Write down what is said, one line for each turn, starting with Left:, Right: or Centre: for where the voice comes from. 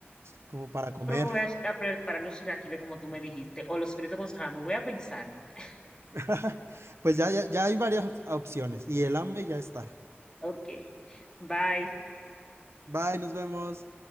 Right: como para comer.
Left: Creo que voy a, a preparar los chilaquiles como tú me dijiste, o los fritos con salami. Voy a pensarlo. <laughs>
Right: <laughs> Pues ya, ya, ya hay varias opciones y el hambre ya está.
Left: Ok, bye.
Right: Bye, nos vemos.